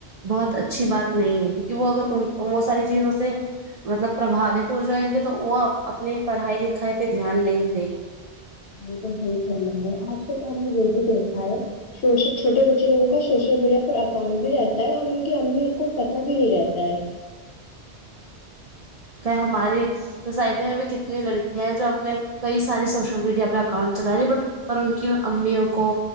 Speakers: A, on the right (about 50°); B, on the left (about 60°).
A: بہت اچھی بات نہیں ہے کیوںکہ وہ اگر وہ ساری چیزوں سے مطلب پرباوت ہو جائیں گے تو وہ اپنے پڑھائی لکھائی پہ دھیان نہیں دیں گے
B: بالکل صحیح کر لوں گے آج کل تو ہم نے یہ بھی دیکھا ہے شوشت چھٹے بچےووں کا سوشل میڈی پر اکانٹ بھی رہتا ا کہ امی کو پتا بھی نہیں رہتا ہے
A: ہماری سوسائٹی میں بھی کتنی لڑکیا ہیں جو اپنے کئی ساری سوشل میڈیا پہ اکاؤنٹ چلا رہی بٹ پر ان کی امیوں کو